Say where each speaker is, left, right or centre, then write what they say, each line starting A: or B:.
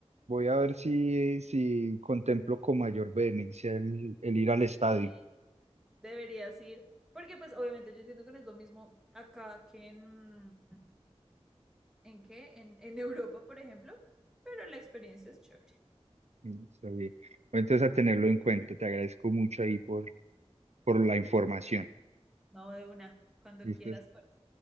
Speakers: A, on the right (about 80°); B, in the centre.
A: Voy a ver si, si contemplo con mayor vehemencia el, el ir al estadio.
B: sí, deberías ir. Porque, pues, obviamente, yo entiendo que no es lo mismo acá que en. ¿En qué? En, en Europa, por ejemplo. Pero la experiencia es chévere.
A: Mm, Está bien. Voy Entonces a tenerlo en cuenta. Te agradezco mucho ahí por, por la información.
B: No, de una, cuando
A: Listo,
B: quieras, pues.